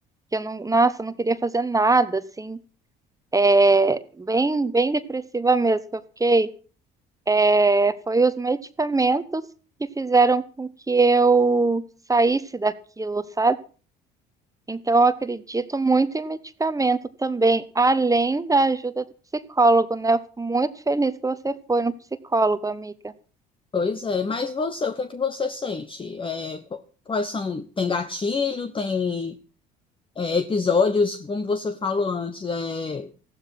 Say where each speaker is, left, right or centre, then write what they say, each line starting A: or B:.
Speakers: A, on the right; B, on the left.
A: que eu não, nossa, eu não queria fazer nada, assim, é, bem, bem depressiva mesmo que eu fiquei, é, foi os medicamentos que fizeram com que eu saísse daquilo, sabe? Então, eu acredito muito em medicamento também, além da ajuda do psicólogo, né? Eu fico muito feliz que você foi no psicólogo, amiga.
B: Pois é, mas você, o que é que você sente? É, qu- quais são, tem gatilho, tem é, episódios, como você falou antes, é,